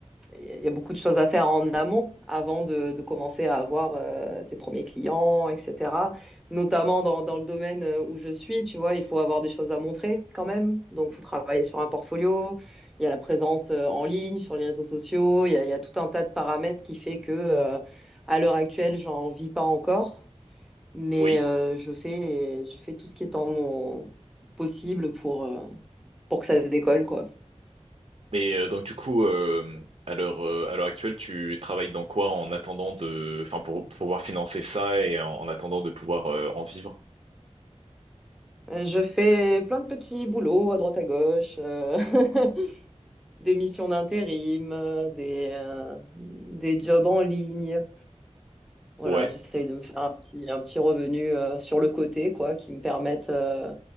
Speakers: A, in the centre; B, on the right.
A: Il y a beaucoup de choses à faire en amont avant de, de commencer à avoir euh, tes premiers clients, etc. Notamment dans, dans le domaine euh, où je suis, tu vois, il faut avoir des choses à montrer quand même. Donc, il faut travailler sur un portfolio. Il y a la présence euh, en ligne, sur les réseaux sociaux. Il y a, il y a tout un tas de paramètres qui fait que, euh, à l'heure actuelle, j'en vis pas encore. Mais
B: oui.
A: euh, je fais, je fais tout ce qui est en mon possible pour, euh, pour que ça décolle, quoi.
B: Mais euh, donc du coup euh, à l'heure euh, à l'heure actuelle, tu travailles dans quoi en attendant de, enfin pour, pour pouvoir financer ça et en, en attendant de pouvoir euh, en vivre?
A: Euh, Je fais plein de petits boulots à droite à gauche, euh, <laughs> des missions d'intérim, euh, des, euh, des jobs en ligne. Voilà,
B: Ouais,
A: j'essaye de me faire un petit, un petit revenu euh, sur le côté, quoi, qui me permette euh,